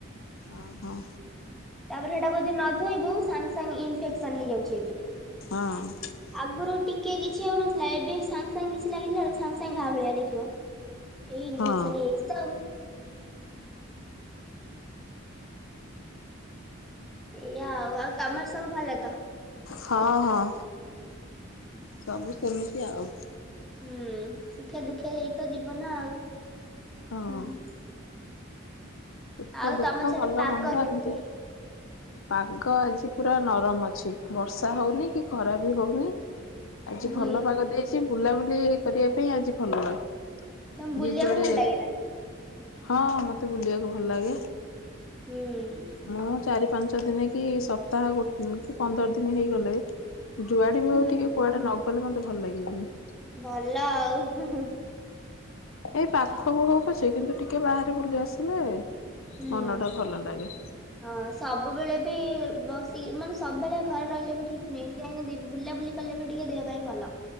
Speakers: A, on the left; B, in the centre.
A: ଓ ହଁ।
B: ତାପରେ ସେଟାକୁ ଯଦି ନ ଧୋଇବୁ ସାଙ୍ଗ୍ ସାଙ୍ଗ୍ ଇନଫେକ୍ସନ ହେଇଯାଉଚିଏବେ।
A: ହଁ।
B: ଆଗୁରୁ ଟିକେ କିଛି ହୋଉନଥିଲା ଏବେ ସାଙ୍ଗ୍ ସାଙ୍ଗ୍ କିଛି ଲାଗିଥିଲା ବେଳେ ସାଙ୍ଗ୍ ସାଙ୍ଗ୍ ଘା ଭଳିଆ ଦେଖିବ। ହେଇ ଇଫେକ୍ସନ
A: ହଁ
B: ହେଇଚି ତ ଆଉ। ଏଇଆ ଆଉ ଆଉ ତମର ସବୁ ଭଲ ତ।
A: ହଁ ହଁ। ସବୁ ସେମିତି ଆଉ।
B: ହୁଁ ସୁଖେ ଦୁଃଖେ ଏଇତ ଯିବନ ଆଉ ହୁଁ
A: ହଁ
B: ହୁଁ।
A: ସୁଖ
B: ଆଉ
A: ଦୁଃଖ
B: ତମ ସେଟି
A: ଭଲ
B: ପାଗ
A: ମନ୍ଦ
B: କେମିତି।
A: ଏମିତି ପାଗ ଆଜି ପୁରା ନରମ ଅଛି ବର୍ଷା ହୋଉନି କି ଖରା ବି ହୋଉନି। ଆଜି
B: ହୁଁ
A: ଭଲ ପାଗ ଦେଇଚି ବୁଲାବୁଲି କରିବା ପାଇଁ ଆଜି ଭଲ ଯିଏ
B: ତମକୁ ବୁଲିବାକୁ
A: ଜୁଆଡେ
B: ଭଲ ଲାଗେ ନା?
A: ହଁ ମତେ ବୁଲିବାକୁ ଭଲ ଲାଗେ।
B: ହୁଁ।
A: ମୁଁ ଚାରି ପାଞ୍ଚ ଦିନି କି ସପ୍ତାହ ଗୋ କି ପନ୍ଦର ଦିନି ହେଇଗଲେ ଯୁଆଡେ ବି
B: ହୁଁ।
A: ହଉ ଟିକେ କୁଆଡେ ନ ଗଲେ ମତେ ଭଲ ଲାଗିବନି।
B: ଭଲ ଆଉ ହୁଁ ହୁଁ।
A: ଏଇ ପାଖ କୁ ପଛେ କିନ୍ତୁ ଟିକେ ବାହାରେ ବୁଲି ଆସିଲେ
B: ହୁଁ
A: ମନ ଟା ଭଲ ଲାଗେ।
B: ହଁ ସବୁବେଳେ ବି ବସି କି ମାନେ ସବବେଳେ ଘରେ ରହିଲେ ବି ଠିକ ନୁହେଁ ଯାଇ ବୁଲାବୁଲି କଲବି ଟିକେ ଦେହ ପାଇଁ ଭଲ।